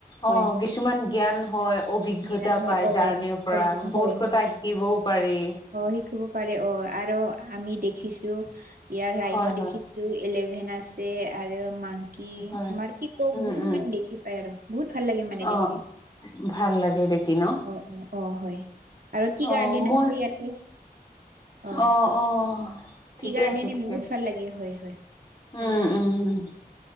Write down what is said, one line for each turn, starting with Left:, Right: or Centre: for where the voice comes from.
Right: হয়
Left: অ কিছুমান জ্ঞান হয় অভিজ্ঞতা
Right: জ্ঞান হয়
Left: পায়
Right: অ
Left: জাৰ্ণিৰ পৰা
Right: হয়
Left: বহুত কথা
Right: হয়
Left: শিকিবও পাৰি।
Right: অ শিকিব পাৰে অ আৰু আমি দেখিছো। ইয়াৰ ৰাইনো
Left: হয়, হয়,
Right: দেখিছো ইলেভেন আছে আৰু মাংকি
Left: হয়।
Right: মাৰপি কক
Left: উম,
Right: বহুত
Left: উম।
Right: মানে দেখি পায় আৰু বহুত ভাল লাগে মানে
Left: অ'
Right: দেখি
Left: ভাল লাগে দেখি ন?
Right: অ অ অ হয় আৰু কি
Left: অ'
Right: গাৰ্ডেন
Left: মোৰ
Right: আছে ইয়াতে অহ
Left: অ', অ'। ঠিকে
Right: কিৰাৰ্ডেনে
Left: আছে, ঠিকে
Right: বহুত ভাল লাগে হয় হয় ভাল
Left: উম-
Right: লাগে
Left: উম।